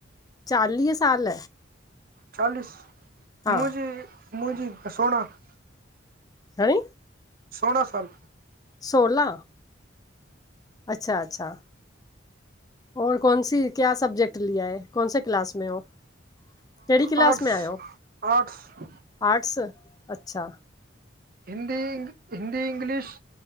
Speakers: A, on the left; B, on the right.
A: चालीह साल
B: चालीस!
A: हा
B: मुंजी, मुंजी सोणाह
A: घणी?
B: सोला साल
A: सोलह! अच्छा- अच्छा और कौन सी कया सब्जजेक्ट लिया है, कौनसे क्लास में हो? <unintelligible> कहिड़ी क्लास
B: आर्टस
A: में आहियो
B: -आर्टस
A: आर्ट्स! अच्छा!
B: Hindi, Hindi, English,